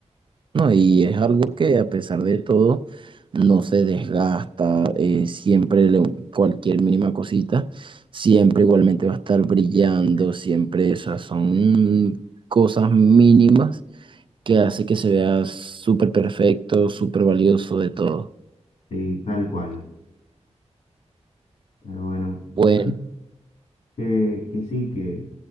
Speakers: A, on the right; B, on the left.
A: No, y es algo que a pesar de todo no se desgasta, eh, siempre le- cualquier mínima cosita, siempre igualmente va a estar brillando, siempre esas son cosas mínimas que hace que se vea súper perfecto, súper valioso de todo.
B: Sí, tal cual. Pero bueno,
A: Bueno,
B: o que, que sí, que